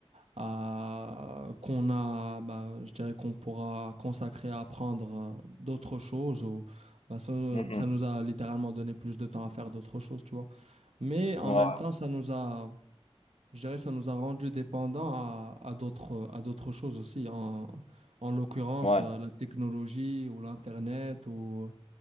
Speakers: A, on the right (about 75°); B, on the left (about 70°).
A: à, qu'on a, bah, je dirais qu'on pourra consacrer à apprendre euh, d'autres choses ou bah, ça,
B: mhm,
A: ça nous a littéralement donné plus de temps à faire d'autres choses, tu vois. Mais en
B: ouais,
A: même temps, ça nous a, je dirais, ça nous a rendu dépendants à, à d'autres, à d'autres choses aussi, en, en l'occurrence,
B: ouais,
A: euh, la technologie ou l'Internet ou